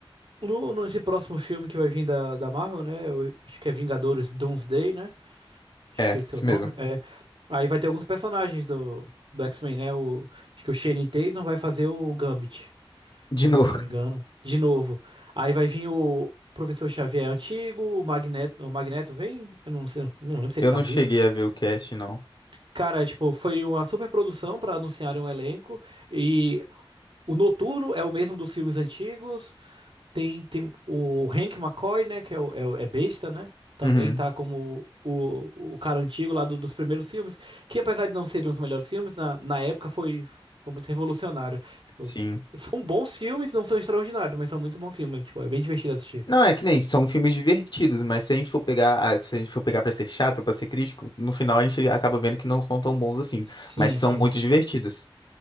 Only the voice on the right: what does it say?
No, nesse próximo filme que vai vir da, da Marvel, né? eu acho que é Vingadores Doomsday, né? Acho
que esse
é o nome.
É, aí vai ter alguns personagens do, do X-Men, né? O, acho que o Channing Tatum vai fazer o Gambit.
se eu não me engano. De novo. Aí vai vir o Professor Xavier antigo, o Magneto, o Magneto vem, eu não sei, nem
lembro se
ele tá
vivo.
Cara, tipo, foi uma super produção pra anunciarem um elenco e o Noturno é o mesmo dos filmes antigos. Tem, tem o Hank McCoy, né? Que é, o- é, o- é besta, né? Também
tá como o, o cara antigo lá do- dos primeiros filmes. Que apesar de não serem os melhores filmes, na, na época foi, foi muito revolucionário. Tipo,
são bons filmes, não são extraordinários, mas são muito bons filmes. Tipo, é bem divertido assistir.
Sim,
sim,
sim.